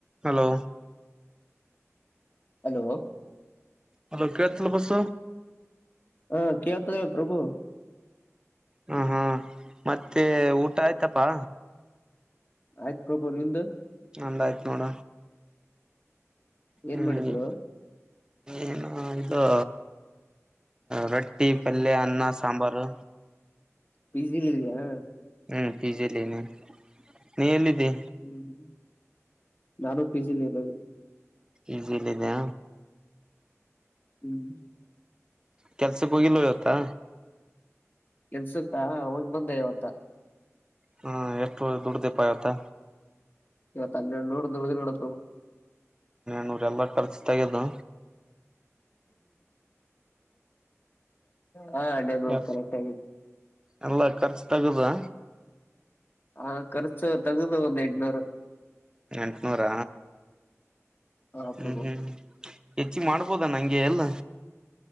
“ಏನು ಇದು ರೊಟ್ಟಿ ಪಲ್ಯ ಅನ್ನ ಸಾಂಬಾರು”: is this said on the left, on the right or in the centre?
Right